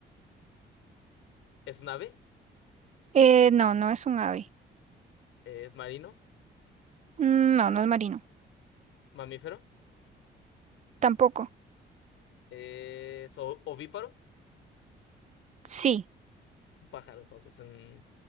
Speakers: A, on the left; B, on the right.
A: ¿Es un ave?
B: eh, no, no es un ave.
A: eh, es marino,
B: Mm, No, no es marino.
A: mamífero,
B: Tampoco.
A: eh, es o- ovíparo,
B: Sí,
A: es un pájaro, entonces mm,